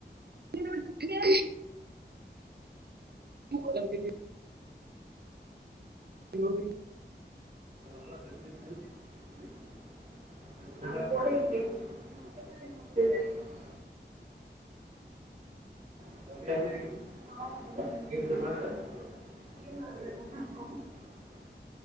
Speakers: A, on the right (about 60°); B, on the right (about 40°).
A: <unintelligible> ମୁଁ <unintelligible> ପିନ୍ଧନି।
B: <inaudible> ହେଉଚି <unintelligible> କି ଦେଖିବେ <unintelligible> ସିଏ ମାରିଦେବ ହଁ, ହଁ, ହଁ।